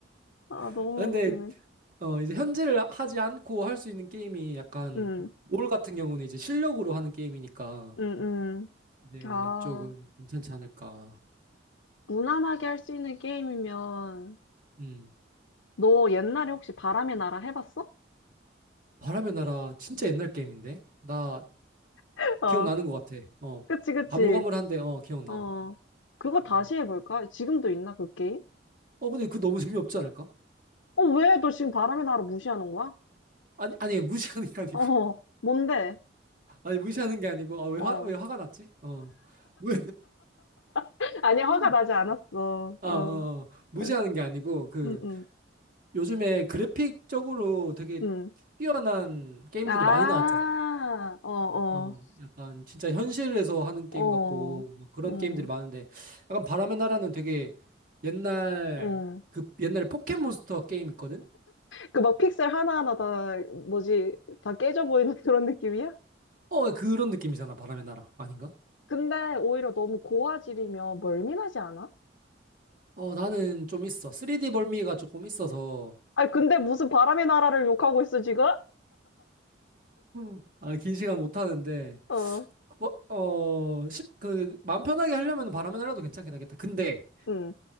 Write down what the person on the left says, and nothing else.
아,
너무
웃기네.
응.
음, 음.
아,
무난하게 할 수 있는 게임이면,
너 옛날에 혹시 바람의 나라 해봤어?
<laughs> 어,
그치, 그치.
어, 그거 다시
해볼까? 지금도 있나, 그 게임?
어, 왜? 너 지금 바람의 나라 무시하는 거야?
어,
뭔데?
어.
<laughs> 아니, 화가
나지 않았어. 어,
응,
응,
응.
아,
어, 어,
어,
응,
응.
그 막 픽셀 하나하나 다, 뭐지, 다 깨져 보이는 <laughs> 그런 느낌이야?
근데 오히려 너무 고화질이면 멀미나지 않아?
아니, 근데 무슨 바람의 나라를 욕하고 있어, 지금?
어,
응,